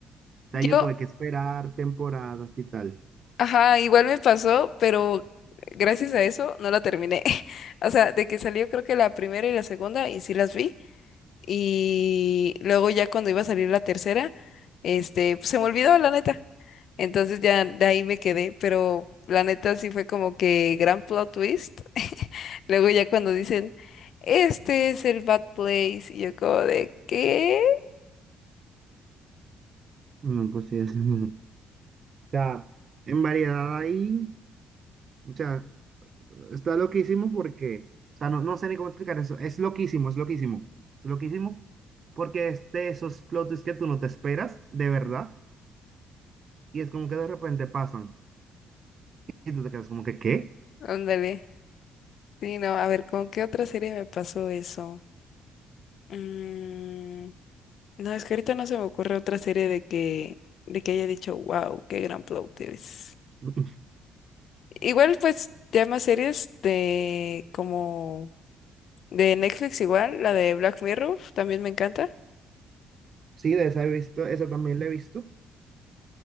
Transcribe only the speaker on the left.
Yo
Ajá, igual me pasó, pero gracias a eso no la terminé. <laughs> O sea, de que salió creo que la primera y la segunda y sí las vi. Y luego ya cuando iba a salir la tercera, este, pues, se me olvidó la neta. Entonces ya de ahí me quedé, pero la neta sí fue como que gran plot twist. <laughs> Luego ya cuando dicen, este es el Bad Place, y yo como de, ¿qué?
Ándale. Sí, no, a ver, ¿con qué otra serie me pasó eso? Mm. No, es que ahorita no se me ocurre otra serie de que, de que haya dicho, wow, qué gran plot twist.
Igual, pues, ya más series de como de Netflix igual, la de Black Mirror, también me encanta.